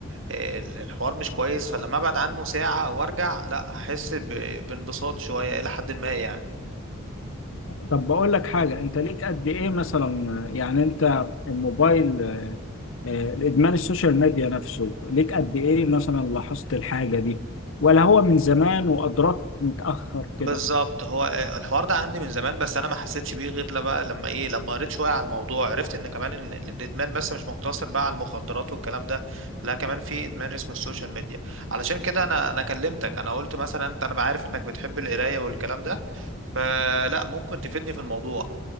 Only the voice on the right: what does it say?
آه، الحوار مش كويس فلما ابعد عنه ساعه وارجع لا هحس ب- بانبساط شويه الى حد ما يعني
بالظبط هو آه، الحوار ده عندي من زمان بس انا ما حسيتش بيه غير لا بقى لما ايه لما قريت شويه على الموضوع عرفت ان كمان إن الادمان بس مش مقتصر بقى على المخدرات والكلام ده لا كمان في ادمان اسمه السوشيال ميديا علشان كده انا انا كلمتك انا قلت مثلا انت انا عارف انك بتحب القرايه والكلام ده فلا ممكن تفيدني في الموضوع